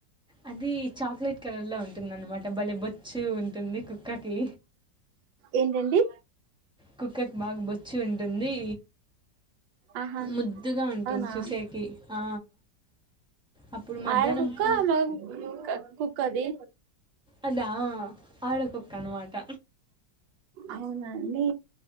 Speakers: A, in the centre; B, on the right.
A: అది చాక్లెట్ కలర్ లో ఉంటుందన్నమాట బలే బొచ్చు ఉంటుంది కుక్కకి
B: ఏంటండి
A: కుక్కకి బాగా బొచ్చు ఉంటుంది
B: ఆహా
A: ముద్దుగా ఉంటుంది
B: అవునా
A: చూసేకి ఆ అప్పుడు మధ్యాహ్నం
B: ఆడ కుక్క
A: పూ
B: మగ కుక్క కుక్కది
A: అదా ఆడకుక్కన్నమాట
B: అవునండి